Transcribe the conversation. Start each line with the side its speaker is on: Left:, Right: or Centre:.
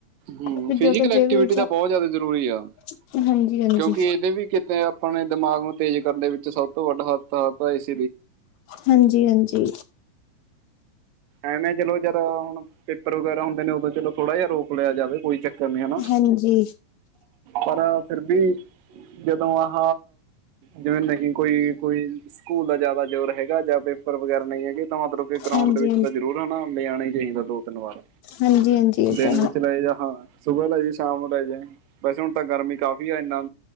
Right: ਹੂ
Left: ਤੇ
Right: ਫਿਜੀਕਲ
Left: ਜੋ ਜੇ
Right: ਐਕਟੀਵਿਟੀ
Left: ਵੀ
Right: ਤਾਂ ਬਹੁਤ ਜ਼ਿਆਦਾ ਜ਼ਰੂਰੀ ਆ
Left: ਹਾਂਜੀ ਹਾਂਜੀ
Right: ਕਿਉਂਕਿ ਇਹਦੇ ਵੀ ਕਿਤੇ ਆਪਣੇ ਦਿਮਾਗ ਨੂੰ ਤੇਜ਼ ਕਰਨ ਦੇ ਵਿੱਚ ਸਭ ਤੋਂ ਵੱਡਾ ਹੱਥ ਆ ਤਾਂ ਇਸ
Left: ਹਾਂਜੀ ਹਾਂਜੀ
Right: ਐ ਨਾ ਚਲੋ ਜਦੋਂ ਹੁਣ ਪੇਪਰ ਵਗੈਰਾ ਹੁੰਦੇ ਨੇ ਉਦੋਂ ਚਲੋ ਥੋੜਾ ਜਿਹਾ ਰੋਕ ਲਿਆ ਜਾਵੇ ਕੋਈ ਚੱਕਰ ਕਰ ਨੀ ਹਨਾ
Left: ਹਾਂਜੀ ਹਾਂਜੀ
Right: ਪਰ ਫਿਰ ਵੀ ਜਦੋਂ ਆਹ ਜਿਵੇਂ ਨਹੀਂ ਕੋਈ ਕੋਈ ਸਕੂਲ ਦਾ ਜ਼ਿਆਦਾ ਜ਼ੋਰ ਹੈਗਾ ਜਾਂ ਪੇਪਰ ਵਗੈਰਾ ਨਹੀਂ ਹੈਗੇ ਤਾਂ ਮਤਲਬ ਕੇ ਗਰਾਊਂਡ
Left: ਹਾਂਜੀ
Right: ਦੇ ਵਿੱਚ ਜਦੋਂ ਜ਼ਰੂਰ ਹੈ ਨਾ ਲਿਆਣਾ ਹੀ ਚਾਹੀਦਾ ਦੋ ਤਿੰਨ ਵਾਰ
Left: ਹਾਂਜੀ ਹਾਂਜੀ ਇਹ
Right: ਦਿਨ
Left: ਤਾਂ
Right: ਵਿੱਚ
Left: ਹੈ
Right: ਲਏ ਜਾ ਹਾਂ ਸੁਬਹ ਲੈ ਜੇ ਸ਼ਾਮ ਲੈ ਜੇ ਵੈਸੇ ਹੁਣ ਤਾਂ ਗਰਮੀ ਕਾਫ਼ੀ ਆ ਇੰਨਾ